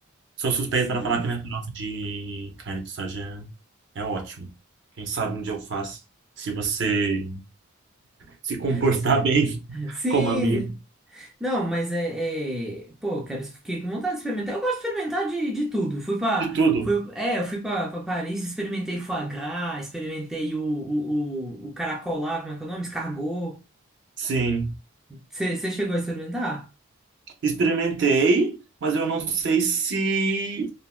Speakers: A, on the right; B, in the centre.
A: Sou suspeito
B: Sério?
A: para falar que minha farofa de carne de soja é ótima. Quem sabe um dia eu faço. Se você se comportar
B: Sim,
A: bem <laughs>
B: sim.
A: como a amigo.
B: Não, mas é, é- Pô, eu quero. Fiquei com vontade de experimentar. Eu gosto de experimentar de, de tudo. Fui pra.
A: De tudo.
B: Fui, é, eu fui pra, pra Paris, experimentei foie gras, experimentei o, o, o, o caracol lá, como é que é o nome? Escargot.
A: Sim.
B: Você chegou a experimentar?
A: Experimentei, mas eu não sei se...